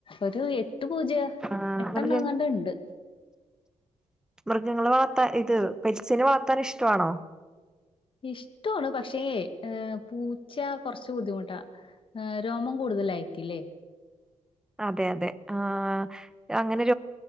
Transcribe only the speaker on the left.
ഒരു എ എത്ര പൂച്ചയാ
എട്ടെണ്ണംഎങ്ങാണ്ട
ഉണ്ട്
ഇഷ്ടമാണ് പക്ഷേ പൂച്ച കുറച്ച് ബുദ്ധിമുട്ടാ രോമം കൂടുതലായിക്കല്ലേ